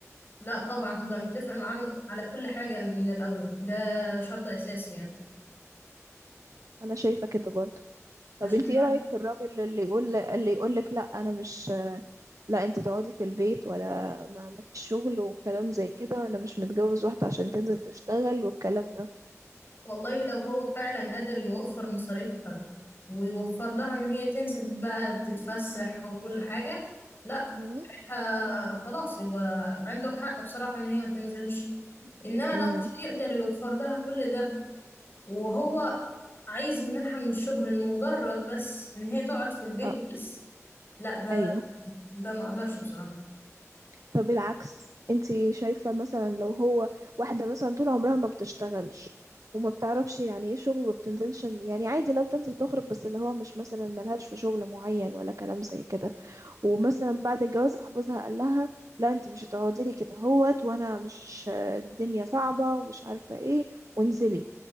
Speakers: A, on the left; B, on the right.
A: لا طبعا تبقى متفقة معاه على كل حاجة من الأول ده شرط أساسي يعني
B: انا شايفه كده برضه طب
A: عشان
B: انت ايه رايك في الراجل اللي يقول اللي يقول لك لا انا مش لا انت تقعدي في البيت ولا ما ما فيش شغل وكلام زي كده انا مش متجوز واحدة عشان تنزل تشتغل والكلام ده
A: والله لو هو فعلا قادر يوفر مصاريفها ويوفر لها ان هي تنزل بقى تتفسح وكل حاجة لا
B: مم.
A: ساعتها خلاص يبقى عنده حق بصراحة ان هي ما تنزلش انما
B: امم
A: لو مش يقدر يوفر لها كل ده وهو عايز يمنعها من الشغل لمجرد بس ان هي تقعد في البيت
B: اه
A: وبس لا ده
B: ايوه
A: ده ما اقدرش بصراحة
B: طب العكس انت شايفة مثلا لو هو واحدة مثلا طول عمرها ما بتشتغلش وما بتعرفش يعني ايه شغل وما بتنزلش يعني عادي لو بتنزل تخرج بس اللي هو مش مثلا ملهاش في شغل معين ولا كلام زي كده ومثلا بعد الجواز راح جوزها قال لها لا انت مش هتقعدي لي كده هوت وانا مش الدنيا صعبة ومش عارفة ايه وانزلي